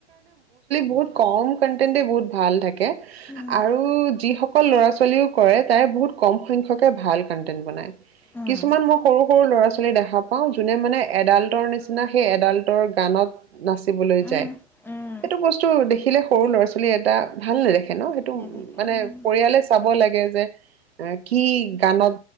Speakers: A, on the right (about 60°); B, in the centre.
A: বহুত কম কনটেন্টে বহুত ভাল থাকে
B: উম
A: আৰু যি স অকল ল'ৰা ছোৱালীও কৰে, তাৰ বহুত কম সংখ্যকে ভাল কণ্টেণ্ট বনায়।
B: উম
A: কিছুমান মই সৰু সৰু ল'ৰা ছোৱা লী দেখা পাও যোনে মানে এডাল্টৰ নিচিনা, সেই এডালটৰ গানত নাচিবলৈ
B: উম
A: যায়।
B: উম
A: সেইটো বস্তু দেখিলে সৰু ল'ৰা ছোৱালী এটা, ভাল নেদেখে এনেও সেটো,
B: নেদেখে
A: মানে
B: উম
A: পৰিয়ালে চাব লাগে যে কি গানত,